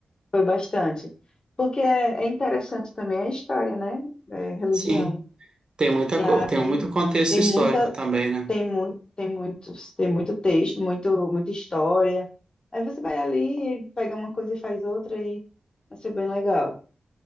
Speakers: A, on the left; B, on the right.
A: foi bastante. Porque é, é interessante também a história, né? É, religião.
B: Sim, tem muita,
A: E
B: co-
A: aí
B: tem muito contexto
A: tem
B: histórico
A: muita,
B: também, né?
A: tem muito, tem muito, tem muito texto, muito, muita história. Aí você vai ali, pega uma coisa e faz outra e vai ser bem legal.